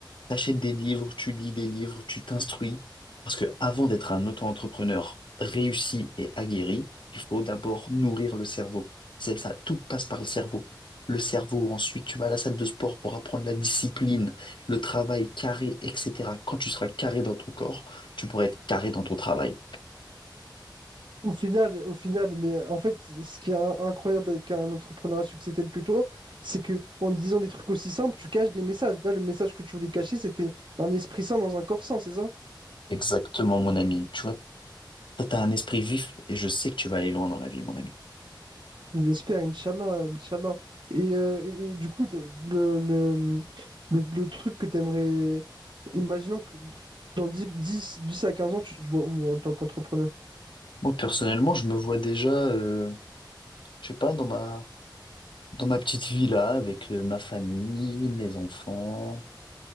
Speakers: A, on the left; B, on the right.
A: t'achètes des livres, tu lis des livres, tu t'instruis. Parce que avant d'être un auto-entrepreneur réussi et aguerri, il faut d'abord nourrir le cerveau. C'est ça, tout passe par le cerveau. Le cerveau, ensuite, tu vas à la salle de sport pour apprendre la discipline, le travail carré, etc. Quand tu seras carré dans ton corps, tu pourras être carré dans ton travail.
B: Au final, au final, mais en fait, ce qui est in- incroyable avec un entrepreneur à succès tel que toi, c'est que en disant des trucs aussi simples, tu caches des messages. Là, le message que tu voulais cacher, c'était un esprit sain dans un corps sain, c'est ça?
A: Exactement, mon ami. Tu vois, Toi, t'as un esprit vif et je sais que tu vas aller loin dans la vie, mon ami.
B: J'espère, Inch'Allah, Inch'Allah. Et, euh, et, et du coup, le, le, le, le truc que tu aimerais, imaginons que dans dix dix 10 à 15 ans, tu te vois où en tant qu'entrepreneur?
A: Moi, personnellement, je me vois déjà, euh, je sais pas, dans ma, dans ma petite villa avec euh, ma famille, mes enfants